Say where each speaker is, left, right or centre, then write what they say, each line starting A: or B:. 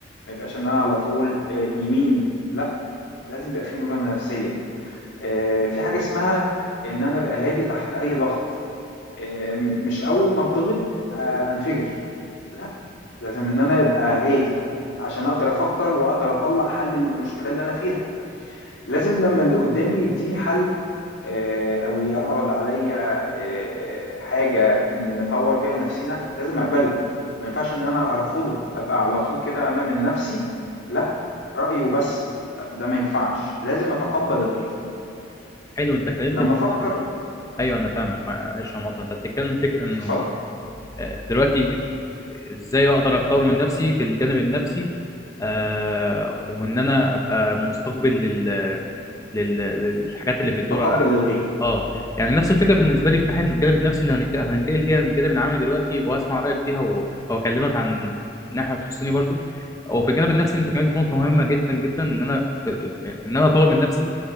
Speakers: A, on the left; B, on the left.
A: ما يبقاش إن أنا على طول آه، يمين لا لازم يبقى في مرونة نفسية آه، في حاجة اسمها إن أنا أبقى هادي تحت أي ضغط آه، مش اول ما اتضغط آه، انفجر لا لازم ان انا ابقى هادي عشان اقدر افكر واقدر اطلع حل للمشكله اللي انا فيها لازم لما اللي قدامي يديني حل آه، او يعرض عليا آه، حاجه نطور بيها نفسنا لازم اقبله ما ينفعش ان انا ارفضه ابقى على طول كده انا من نفسي لا رايه بس لا ده ما ينفعش لازم اتقبل الغير
B: حلو انت اتكلمت
A: لما
B: في-
A: افكر
B: ايوه انا فاهمك معلش انا مقاطع انت بتتكلم في فكره انه
A: اتفضل
B: آه، دلوقتي ازاي اقدر اطور من نفسي في الجانب النفسي آه وان انا ابقى مستقبل لل... لل... للحاجات اللي بتدور
A: اتقبل الغير
B: اه يعني نفس الفكره بالنسبه لي في ناحيه الجانب النفسي اللي هنك- هننتقل فيها للجانب العملي دلوقتي وهسمع رايك فيها و... واكلمك عن ناحيه تخصني برضو وفي الجانب النفسي انت اتكلمت في نقطه مهمه جدا جدا ان انا في... في- ان انا اطور من نفسي